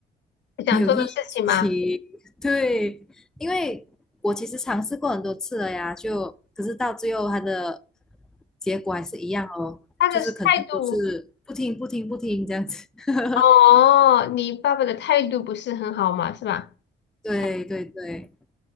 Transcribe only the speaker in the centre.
没有意义的事情。<laughs> 对，因为我其实尝试过很多次了呀，就可是到最后它的结果还是一样哦，
就是肯定都是不听不听不听这样子。<laughs>
对对对，